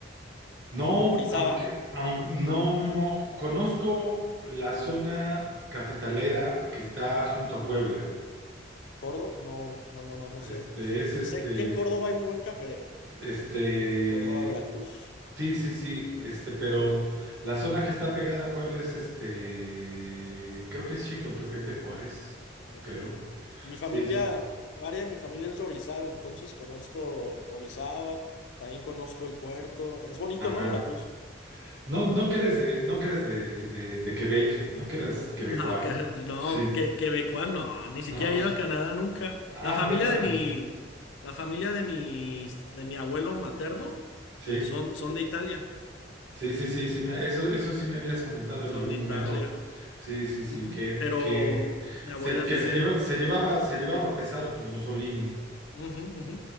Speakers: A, on the right; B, on the left.
A: No,
B: Orizaba,
A: aunque, aun- no, no, no.
B: ¿no?
A: Conozco la zona cafetalera que está junto a Puebla.
B: Córdoba, no, no, no, no, no
A: Este,
B: sé. Sé
A: es este,
B: que en Córdoba hay muy buen café.
A: este,
B: Córdoba, Veracruz,
A: Sí, sí, sí, este, pero
B: la
A: la
B: flor
A: zona
B: de
A: que está
B: Córdoba.
A: pegada a Puebla es este, creo que es Chicontepec de Juárez,
B: Ok.
A: creo.
B: Mi familia,
A: Sí, sí.
B: área de mi familia es de Orizaba, entonces conozco Orizaba, también conozco el puerto. Es bonito,
A: Ajá.
B: ¿no, Veracruz?
A: No, no que eres de, no que eres de, de, de Quebec, no que eras quebecois.
B: No, que, no,
A: Sí.
B: que, quebecoa, no, ni siquiera
A: No, pues,
B: he ido a Canadá nunca.
A: ah,
B: La familia
A: pero ah,
B: de mi, la familia de mis, de mi abuelo materno
A: sí,
B: son, son de Italia,
A: sí, sí, sí, sí, me- eso, eso sí me habías comentado
B: son
A: en algún
B: de
A: momento.
B: Italia.
A: Sí, sí, sí,
B: Ujú.
A: que,
B: Pero
A: que
B: mi abuela
A: se, que
B: es de,
A: se lleva, se llevaba, se llevaba pesado con Mussolini.
B: ujú, ujú.